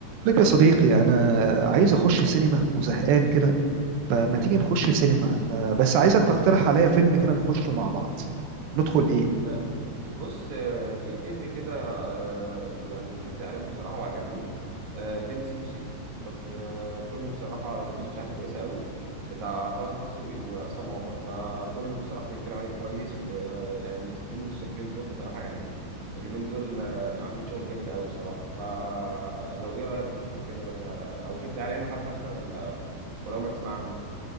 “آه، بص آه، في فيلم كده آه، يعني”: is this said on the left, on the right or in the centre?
Right